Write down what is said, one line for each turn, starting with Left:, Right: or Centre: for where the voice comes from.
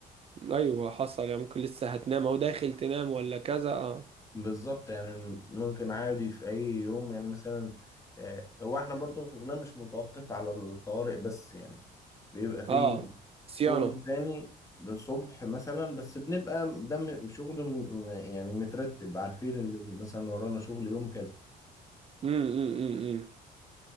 Right: ايوه حصل يعني ممكن لسه هتنام او داخل تنام ولا كذا اه
Left: بالظبط يعني ممكن عادي في اي يوم يعني مثلا آه، هو احنا برضو شغلنا مش متوقف على الطوارئ بس يعني بيبقى فيه
Right: اه صيانة
Left: شغل تاني الصبح مثلا بس بنبقى دم شغل م- يعني مترتب عارفين اللي مثلا ورانا شغل يوم كذا
Right: امم امم امم